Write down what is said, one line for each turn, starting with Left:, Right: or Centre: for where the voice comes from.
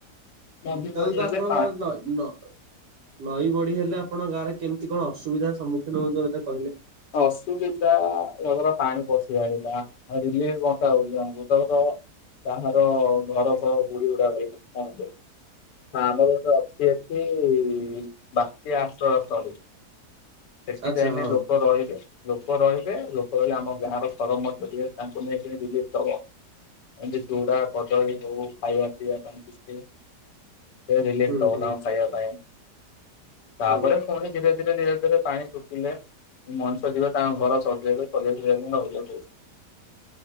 Left: ନଦୀ
Right: ତାହାଲେ
Left: ବଢି
Right: ତ
Left: ହେଲେ
Right: ଆପଣଙ୍କ
Left: ପାଣି
Right: ନଈ ନ ନଈ ବଢି ହେଲେ ଆପଣଙ୍କ ଗାଁରେ କେମିତି କଣ ଅସୁବିଧାର ସମ୍ମୁଖୀନ ହଉଛନ୍ତି ମତେ କହିଲେ?
Left: ଅସୁବିଧା <unintelligible> ପାଣି ପଶି ଆଇଲା। ରିଲିଫ ବଣ୍ଟା ହଉଛି <unintelligible> କାହାର ଘର ଦ୍ୱାର ବୁଡିବୁଡା ଯାଇଛି ପାଣିରେ। ଆମର ଗୋଟେ ଅଛି ଏଠି ବାତ୍ୟା ଆଶ୍ରୟ ସ୍ଥଳୀ। ସେଠି
Right: ଆଚ୍ଛା
Left: ଯାଇକି
Right: ହଁ
Left: ଲୋକ ରହିବେ। ଲୋକ ରହିବେ ଲୋକ ରହିଲେ ଆମ ଗାଁର ସରପଞ୍ଚ ତାଙ୍କୁ ନେଇକି ରିଲିଫ୍ ଦବ। ଏମିତି ଚୁଡା କଦଳୀ ହଉ ଖାଇବା ପିଇବା ପାଇଁ ବିସ୍କିଟ। ଏରିଲିଫ୍
Right: ହୁଁ
Left: ଦୋଉନାହୁ
Right: ହୁଁ
Left: ଖାଇବା ପାଇଁ ତାପରେ
Right: ହୁଁ
Left: ପୁଣି ଧୀରେ ଧୀରେ ଧୀରେ ତେରେ ପାଣି ଶୁଖିଲେ ମଣିଷ ଯିବେ ତାଙ୍କ ଘର ସଜେଇବେ ସଜେଇ ସଜାଇ ରହିବେ।